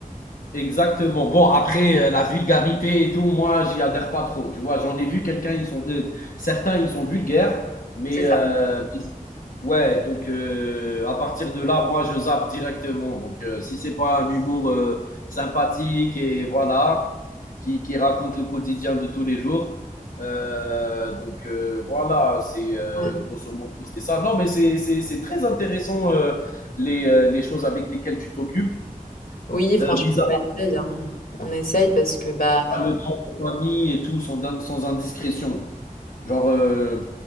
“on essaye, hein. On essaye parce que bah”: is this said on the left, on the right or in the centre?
Left